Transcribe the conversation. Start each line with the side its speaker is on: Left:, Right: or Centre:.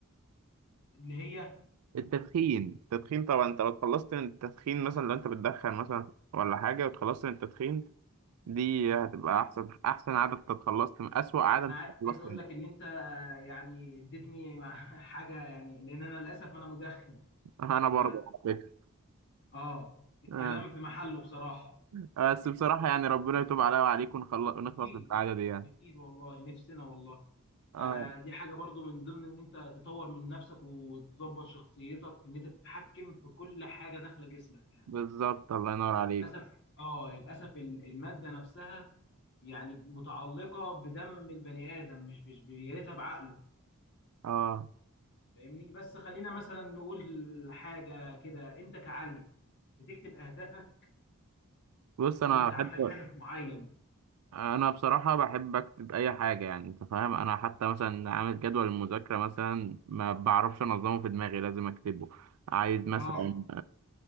Left: اللي هي
Right: التدخين التدخين طبعا انت لو اتخلصت من التدخين مثلا لو انت بتدخن مثلا ولا حاجة واتخلصت من التدخين دي هتبقى احسن احسن عادة انت اتخلصت من اسوأ عادة
Left: أنا
Right: انت اتخلصت
Left: عايز أقول
Right: منها
Left: لك إن أنت يعني اديتني مع <laughs> حاجة يعني لأن أنا للأسف أنا مدخن
Right: <laughs> انا
Left: ف
Right: برضه على فكرة
Left: آه الكلام
Right: آه.
Left: في محله بصراحة
Right: بس بصراحة يعني ربنا يتوب عليا وعليك ونخل- ونخلص
Left: أكيد
Right: من العادة دي يعني
Left: أكيد والله نفسنا والله
Right: آه.
Left: آه دي حاجة برضو من ضمن إن أنت تطور من نفسك وتظبط شخصيتك إن أنت تتحكم في كل حاجة داخلة جسمك يعني
Right: بالظبط الله ينور عليك
Left: للاسف اه للاسف ال- الماده نفسها يعني متعلقه بدم البني ادم مش مش ب- يا ريتها بعقله
Right: اه
Left: فاهمني بس خلينا مثلا نقول حاجه كده انت كعلي بتكتب اهدافك
Right: بص
Left: لو
Right: انا
Left: انت
Right: بحب
Left: عندك هدف معين
Right: انا بصراحه بحب اكتب اي حاجه يعني انت فاهم انا حتى مثلا عامل جدول المذاكره مثلا ما بعرفش انظمه في دماغي لازم اكتبه عايز مثلا
Left: اه